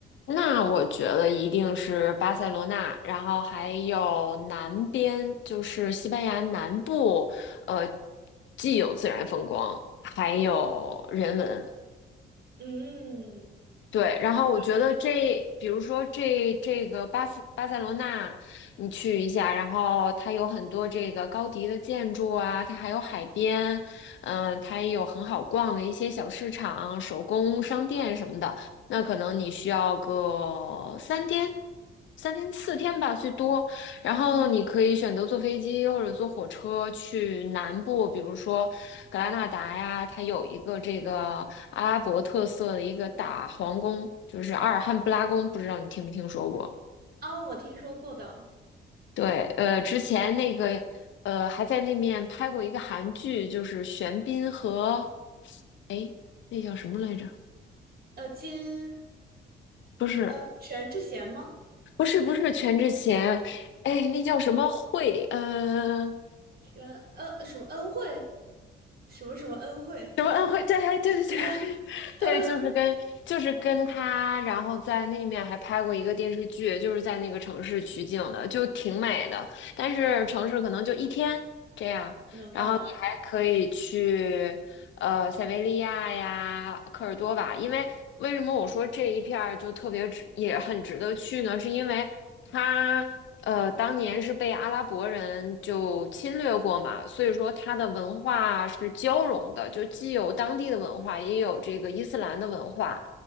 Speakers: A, on the left; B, on the right.
A: 那我觉得一定是巴塞罗那，然后还有南边，就是西班牙南部，呃，既有自然风光，还有人文。
B: 嗯，
A: 对，然后我觉得这，
B: 那就比如说，
A: 比如说这这个巴斯巴塞罗那，你去一下，然后它有很多这个高迪的建筑啊，它还有海边，嗯、它也有很好逛的一些小市场、手工商店什么的。那可能你需要个三天、三天四天吧，最多。然后你可以选择坐飞机或者坐火车去南部，
B: 嗯，
A: 比如说格拉纳达呀，它有一个这个。阿拉伯特色的一个大皇宫，就是阿尔汉布拉宫，不知道你听没听说过？
B: 啊，我听说过的，
A: 对，呃，之前那个呃还在那面拍过一个韩剧，就是玄彬和哎那叫什么来着？
B: 呃，金
A: 不是
B: 呃，全智贤吗？
A: 不是不是全智贤，哎那叫什么慧？呃
B: 全呃什么恩惠？什么什么恩惠？
A: 什么恩惠？对，对对对
B: 啊嗯，
A: <laughs> 对，就是跟就是跟他，然后在那面还拍过一个电视剧，就是在那个城市取景的，就挺美的。但是城市可能就一天这样。
B: 能逛完。
A: 然后你还可以去呃塞维利亚呀、科尔多瓦，因为为什么我说这一片儿就特别值，也很值得去呢？是因为它呃当年是被阿拉伯人就侵略过嘛，所以说它的文化是交融的，就既有当地的文化，也有这个伊斯兰的文化。